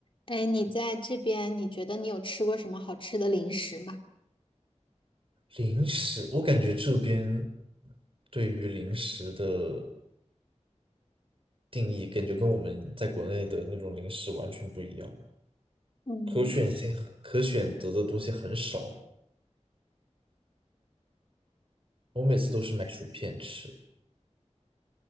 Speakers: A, on the left; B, on the right.
A: 哎，你在这边，你觉得你有吃过什么好吃的零食吗？
B: 零食，我感觉这边对于零食的定义，感觉跟我们在国内的那种零食完全不一样，
A: 嗯
B: 可选性很可选择的东西很少。我每次都是买薯片吃，